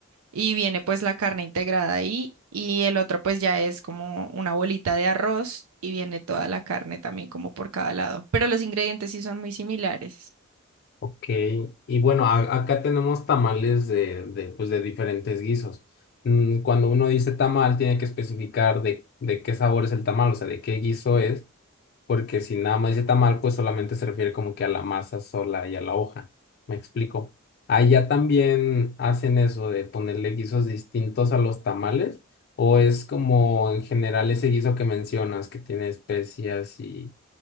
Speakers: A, on the right (about 80°); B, on the left (about 50°).
A: y viene pues la carne integrada ahí y el otro pues ya es como una bolita de arroz y viene toda la carne también como por cada lado, pero los ingredientes sí son muy similares.
B: Ok, Y bueno, a- acá tenemos tamales de, de, pues de diferentes guisos. Mm, Cuando uno dice tamal, tiene que especificar de, de qué sabor es el tamal, o sea, de qué guiso es, porque si nada más dice tamal, pues solamente se refiere como que a la masa sola y a la hoja. ¿Me explico? Allá también hacen eso de ponerle guisos distintos a los tamales, o es como en general ese guiso que mencionas, que tiene especias y,